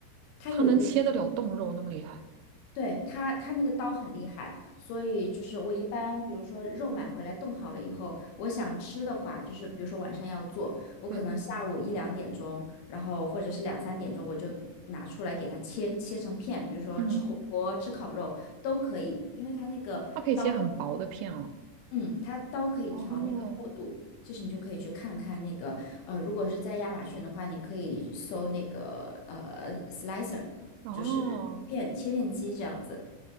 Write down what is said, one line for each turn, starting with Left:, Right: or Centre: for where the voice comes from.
Left: 它有一个
Right: 它能切得了冻肉那么厉害？
Left: 对，它它那个刀很厉害，所以就是我一般，比如说肉买回来冻好了以后，我想吃的话，就是比如说晚上要做，我可能下午一两点钟，
Right: 对，
Left: 然后或者是两三点钟，我就拿出来给它切切成片，比如说吃火锅、
Right: 嗯，
Left: 吃烤肉都可以，因为它那个刀，
Right: 它可以切很薄的片哦。
Left: 嗯，它刀可以调那个厚度，
Right: 哦
Left: 就是你就可以去看看那个，呃，如果是在亚马逊的话，你可以搜那个呃 slicer，
Right: 哦，
Left: 就是片切片机这样子。